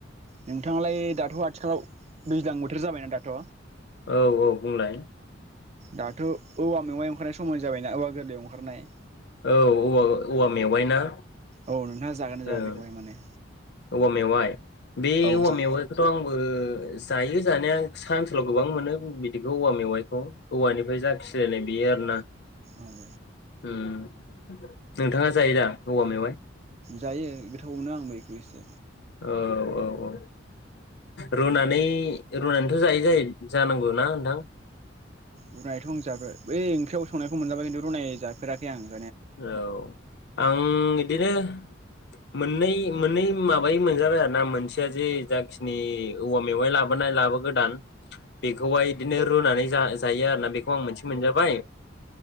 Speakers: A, on the right (about 35°); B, on the left (about 60°).
A: नोंथाङालाय दाथ' आथिखालाव दैज्लां बोथोर जाबायना दाथ'
B: औ औ बुंलाय
A: दाथ' औवा मेवाइ अंखारनाय समाय जाबायना औवा गोरलैयाव अंखारनाय
B: औ औवा औवा मेवाइ ना
A: औ नोंथाङा जागोनना जाया
B: ओं
A: बेखौहाय माने
B: औवा मेवाइ बे
A: औ
B: औवा
A: जा
B: मेवाइखौथ' आंबो जायो जानाया सा ओनसोलाव गोबां मोनो बिदिखौ औवा मेवाइखौ औवानिफ्राय जा <unintelligible> जादों बेयो आरो ना
A: उम
B: उम नोंथाङा जायो दा औवा मेवाइ
A: जायो गोथावबो मोनो आंबो बेखौ एसे
B: औ औ औ रुनानै रुनानैथ' जायो जाहै-जानांगौना नोंथां
A: रुनायथ' आं जाबाय बै ओंख्रियाव संनाय खौ मोनजाबाय खिनथु रुनाय जाफेरा <unintelligible>
B: औ आं इ बिदिनो मोननै मोननै माबायै मोनजाबाय आरो ना मोनसेया जे जाखिनि औवा मेवाइ लाबोनाय लाबोगोदान बेखौहाय बिदिनो रुनानै जा-जायो आरो ना बेखौ आं मोनसे मोनजाबाय